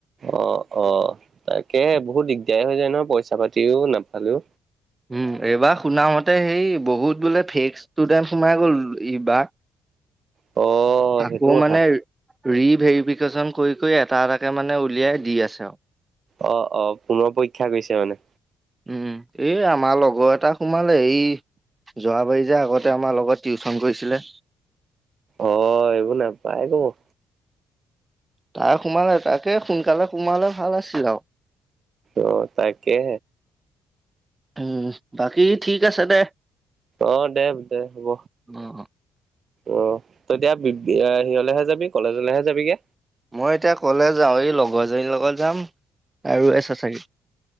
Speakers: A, on the right; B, on the right.
A: অ অ তাকে বহুত দিগদাৰ হৈ যায় নহ পইচা পাতিও নাপালেও।
B: উম এইবাৰ শুনামতে হেই বহুত বোলে ফেক ষ্টুডেণ্ড সোমাই গ'ল এইবাৰ।
A: অ
B: আকৌ
A: সেইটো কথা।
B: মানে ৰিভেৰিফিকেশ্যন কৰি কৰি এটা এটাকে মানে উলিয়াই দি আছে আৰু
A: অ অ পুনৰ পৰীক্ষা কৰিছে মানে।
B: উম এই আমাৰ লগৰ এটা সোমালে এই, যোৱাবাৰি যে আগতে আমাৰ লগত টিউচন কৰিছিলে।
A: অ এইবোৰ নেপাই কব।
B: তাই সোমালে তাকে সোনকালে সোমালে ভাল আছিল আৰু
A: অ তাকে।
B: উম বাকী ঠিক আছে দে।
A: অ দে দে হ'ব।
B: অ',
A: অ ত এতিয়া সেয়ালৈহে যাবি কলেজলৈহে যাবিগে।
B: মই এতিয়া কলে যাও এই লগৰজনীৰ লগত যাম আৰু <unintelligible>